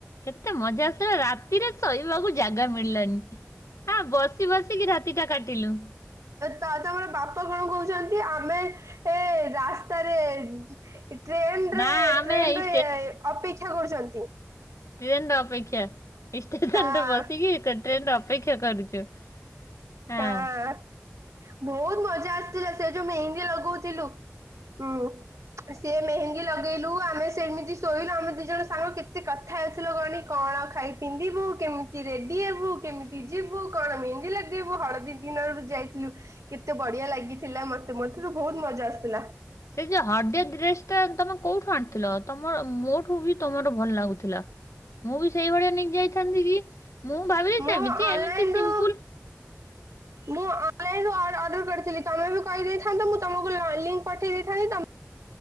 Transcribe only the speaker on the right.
ତ ତମର ବାପା କଣ କହୁଛନ୍ତି ଆମେ ଏ ରାସ୍ତାରେ ଟ୍ରେନ
ରେ
ଟ୍ରେନ
ରେ ଅପେକ୍ଷା କରୁଛନ୍ତି।
ହଁ
ହଁ ବହୁତ ମଜା ଆସିଥିଲା ସେ ଯୋଉ ମେହେନ୍ଦୀ ଲଗଉଥିଲୁ ହୁଁ। ସେ ମେହେନ୍ଦୀ ଲଗେଇଲୁ ଆମେ ସେମିତି ଶୋଇଲୁ ଆମେ ଦି ଜଣ ସାଙ୍ଗ କେତେ କଥା କଥା ହେଉଥିଲୁ କହନି କଣ ଖାଇ ପିନ୍ଧିବୁ କେମିତି ରେଡି ହେବୁ କେମିତି ଯିବୁ କଣ ମେହନ୍ଦି ଲାଗ <unintelligible> ହଳଦୀ ଦିନରୁ ଯାଇଥିଲୁ। କେତେ ବଢିଆ ଲାଗିଥିଲା ମତେ ମତେ ତ ବହୁତ ମଜା ଆସିଥିଲା।
ମୁଁ
ଅନଲାଇନରୁ
ମୁଁ ଅନଲାଇନ ଅ ଅର୍ଡର କରିଥିଲି ତମେ ବି କହିଦେଇଥାନ୍ତ ମୁଁ ତମକୁ ଲିଙ୍କ ପଠେଇ ଦେଇଥାନ୍ତି ତମେ